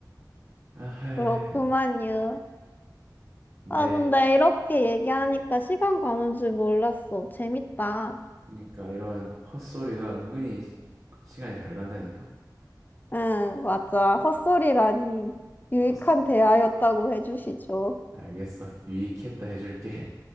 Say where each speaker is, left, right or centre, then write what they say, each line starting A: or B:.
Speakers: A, on the right (about 45°); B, on the left (about 25°).
A: 아하,
B: 그렇구만요.
A: 근데
B: 아, 근데 이렇게 얘기하니까 시간 가는 줄 몰랐어. 재밌다.
A: 그러니까 이런 헛소리가 은근히 시- 시간이 잘 간다니까.
B: 응, 맞아. 헛소리라니 유익한
A: 헛소...
B: 대화였다고 해주시죠.
A: 알겠어. 유익했다 해줄게.